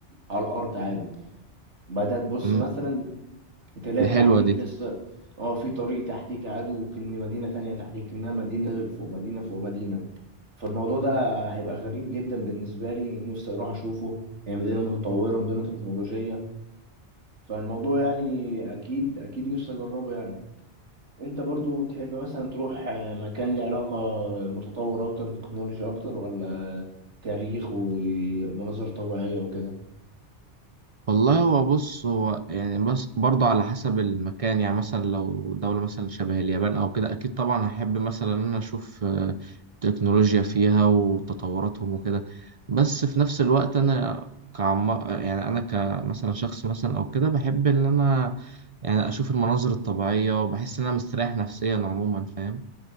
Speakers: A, on the right; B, on the right.
A: على الأرض عادي بعدها تبص
B: امم
A: مثلا تلاقي
B: حلوة
A: تحتيك
B: دي
A: لسه اه في طريق تحتيك عدو كأن مدينة تانية تحتيك إنها مدينة فوق مدينة فوق مدينة فالموضوع ده هيبقى غريب جدا بالنسبة لي نفسي أروح أشوفه هي مدينة متطورة مدينة تكنولوجية فالموضوع يعني أكيد أكيد نفسي أجربه يعني أنت برضو تحب مثلا تروح آه، مكان له علاقة متطور أكتر تكنولوجيا أكتر ولا تاريخ ومناظر طبيعية وكده
B: والله هو بص هو يعني بس برضه على حسب المكان يعني مثلا لو دولة مثلا شبه اليابان أو كده أكيد طبعا هحب مثلا إن أنا أشوف آه، تكنولوجيا فيها وتطوراتهم وكده بس في نفس الوقت أنا كعم يعني أنا كمثلا شخص مثلا أو كده بحب إن أنا يعني أشوف المناظر الطبيعية وبحس إن أنا مستريح نفسيا عموما فاهم